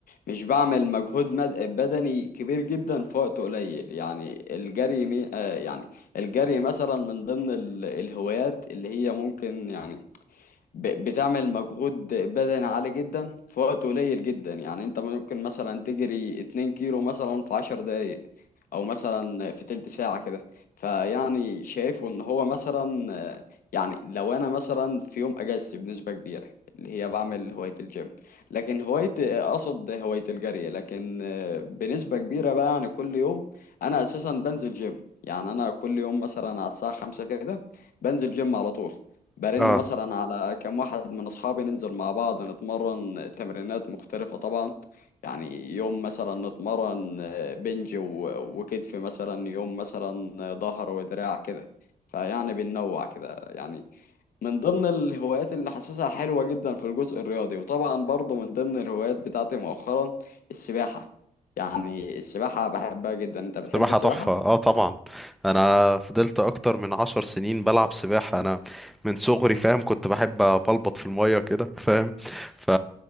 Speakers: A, on the left; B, in the centre.
A: مش بعمل مجهود مد- بدني كبير جدا في وقت قليل يعني الجري مي... آه يعني الجري مثلا من ضمن ال- الهوايات اللي هي ممكن يعني ب- بتعمل مجهود بدني عالي جدا في وقت قليل جدا يعني انت ممكن مثلا تجري 2 كيلو مثلا في 10 دقايق او مثلا في تلت ساعة كده فيعني شايفه ان هو مثلا آه، يعني لو انا مثلا في يوم اجازتي بنسبة كبيرة اللي هي بعمل هواية الجيم لكن هواية آه، اقصد هواية الجري لكن آه، بنسبة كبيرة بقى يعني كل يوم انا اساسا بنزل جيم يعني انا كل يوم مثلا على الساعة خمسة كده بنزل جيم على طول برن
B: اه
A: مثلا على كم واحد من اصحابي ننزل مع بعض نتمرن تمرينات مختلفة طبعا يعني يوم مثلا نتمرن آه، بنج و- وكتف مثلا يوم مثلا آه، ظهر ودراع كده فيعني بننوع كده يعني من ضمن الهوايات اللي حاسسها حلوة جدا في الجزء الرياضي وطبعا برضه من ضمن الهوايات بتاعتي مؤخرا السباحة يعني السباحة بحبها جدا انت بتحب
B: سباحة
A: السباحة؟
B: تحفة اه طبعا انا فضلت اكتر من عشر سنين بلعب سباحة انا من صغري فاهم كنت بحب بلبط في المية كده فاهم ف